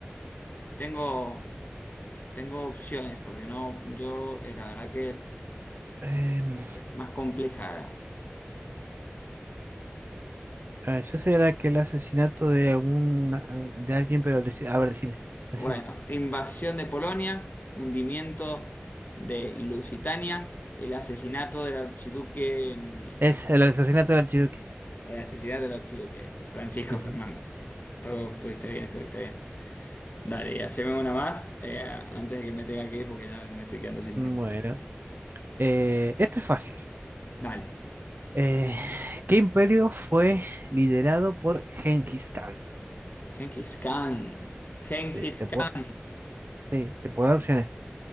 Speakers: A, on the left; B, on the right.
A: Tengo. Tengo opciones porque no, yo eh, la verdad que
B: Em,
A: es más compleja.
B: a ver, yo sé era que el asesinato de algún, de alguien, pero deci- a ver, decime,
A: Bueno,
B: decime.
A: invasión de Polonia, hundimiento de Lusitania, el asesinato del archiduque, mm,
B: Es el asesinato del archiduque.
A: el asesinato del archiduque es Francisco
B: Sí,
A: Fernando.
B: sí.
A: Todo estuviste bien, estuviste bien. Dale, y haceme una más eh, antes de que me tenga que ir porque ya me estoy quedando sin
B: Bueno,
A: tiempo.
B: eh, este es fácil.
A: Dale,
B: Eh, ¿qué imperio fue liderado por Genghis Khan?
A: Genghis Khan, Genghis
B: Te, te puedo,
A: Khan.
B: sí, te puedo dar opciones.